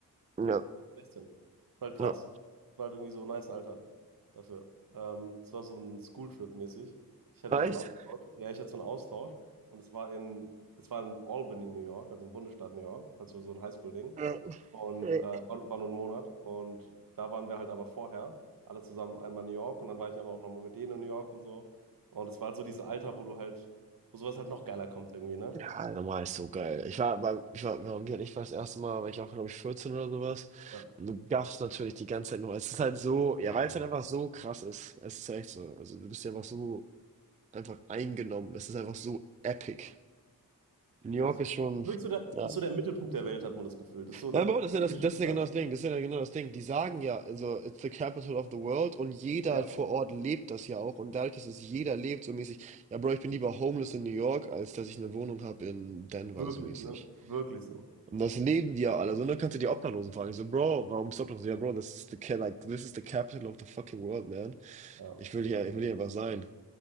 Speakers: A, on the right; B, on the right.
A: Ja.
B: 16 war halt krass.
A: Ja.
B: War halt irgendwie so ein nice Alter dafür. Ähm, es war so ein Schooltrip-mäßig. Ich hatte
A: Echt?
B: ja so einen Austausch. Ja, ich hatte so einen Austausch und es war in, es war in Albany, New York, also im Bundesstaat New York, also so ein Highschool-Ding.
A: Ja,
B: Und
A: ja.
B: äh, war war nur ein Monat. Und da waren wir halt aber vorher alle zusammen einmal in New York und dann war ich aber auch nochmal mit denen in New York und so. Und es war halt so dieses Alter, wo du halt, wo sowas halt noch geiler kommt irgendwie, ne?
A: Ja, normal ist so geil. Ich war beim, ich war, warum geht ich war das erste Mal, war ich auch, glaube ich, 14 oder sowas.
B: Ja,
A: Und du gaffst natürlich die ganze Zeit nur. Es ist halt so, ja,
B: ja,
A: weil
B: Mann.
A: es halt einfach so krass ist. Es ist ja echt so. Also du bist ja einfach so einfach eingenommen. Es ist einfach so epic. New York
B: Das,
A: ist
B: das ist
A: schon,
B: wirklich so der, das
A: ja.
B: ist so der Mittelpunkt der Welt, hat man das Gefühl. Das ist so, da
A: Ja, aber das ist ja,
B: geht
A: das,
B: der Shit
A: das ist ja
B: ab,
A: genau
B: ne?
A: das Ding. Das ist ja genau das Ding. Die sagen ja, also, it's the capital of the world und jeder
B: Ja.
A: halt vor Ort lebt das ja auch. Und dadurch, dass es jeder lebt, so mäßig, ja, Bro, ich bin lieber homeless in New York, als dass ich eine Wohnung habe in Denver,
B: Wirklich,
A: so mäßig.
B: ne? Wirklich so.
A: Und das leben die ja alle. So, dann kannst du die Obdachlosen fragen. Ich so, Bro, warum bist du Obdachlos? Ja, Bro, this is the, ca- like, this is the capital of the fucking world, man.
B: Ja,
A: Ich will hier, ich will hier einfach sein.